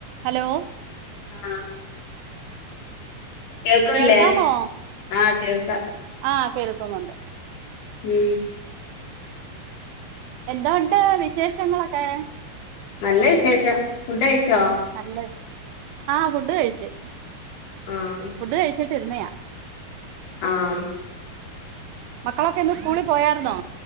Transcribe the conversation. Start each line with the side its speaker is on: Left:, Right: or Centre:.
Right: Hello.
Left: ആഹ്. കേൾക്കുന്നില്ലേ
Right: കേൾക്കാമോ
Left: ആഹ് കേൾക്കാം
Right: ആഹ് കേൾക്കുന്നുണ്ട്.
Left: ഉം.
Right: എന്തുണ്ട് വിശേഷങ്ങളൊക്കെ?
Left: നല്ല വിശേഷം ഫുഡയിച്ചോ?
Right: നല്ല ആഹ് ഫുഡ് കഴിച്.
Left: ആഹ്.
Right: ഫുഡ് കഴിച്ചിട്ടിരുന്നയാ.
Left: ആഹ്.
Right: മക്കളൊക്കെ ഇന്ന് സ്‌കൂളി പോയാരുന്നോ?